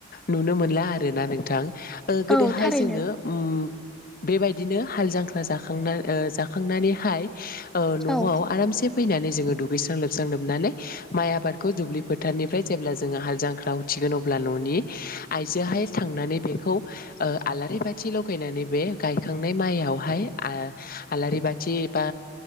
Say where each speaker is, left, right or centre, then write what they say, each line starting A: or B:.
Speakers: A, on the left (about 50°); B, in the centre.
A: नुनो मोनला आर ना नोंथां। ओ गोदोहाय
B: औ थारैनो
A: जोङो उम बेबायदिनो हाल जांख्रा जाखांना ओ जाखां नानैहाय न'आव
B: औ
A: आरामसे फैनानै जोङो दुगैस्रां लोबस्रां लोबनानै माइ आबादखौ दुब्लि फोथारनिफ्राय जेब्ला, जोङो हाल जांख्रा थागोन अब्ला न'नि आइजोहाय थांनानै बेखौ ओ आलारि बाथि लगायनानै बे गायखांनाय माइयावहाय आ आलारि बाथि बा